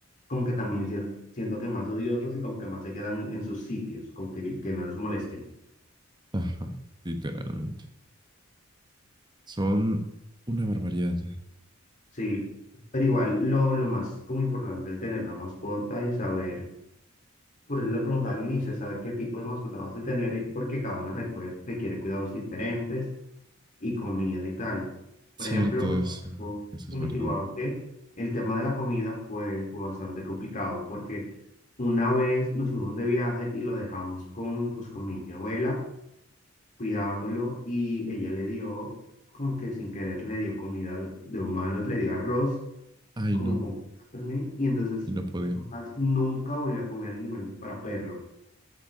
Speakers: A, on the left; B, on the right.
A: como que también sien- siento que más odiosos y como que más se quedan en sus sitios, como que, que no los molesten.
B: Ajá, literalmente. Son una barbaridad.
A: Sí, pero igual lo, lo más como importante el tener una mascota es saber, por eso le preguntaba al inicio, saber qué tipo de mascota vas a tener, porque cada una recue- requiere cuidados diferentes y comida y tal.
B: Cierto,
A: Por ejemplo, me pasó
B: eso, eso
A: con
B: es verdad.
A: mi chihuahua que el tema de la comida fue, fue bastante complicado porque una vez nos fuimos de viaje y lo dejamos con, pues, con mi abuela cuidándolo y ella le dio, como que sin querer, le dio comida de humanos, le dio arroz
B: Ay,
A: como
B: no,
A: con carne y entonces
B: y no podía.
A: más nunca volvió a comer alimentos para perro.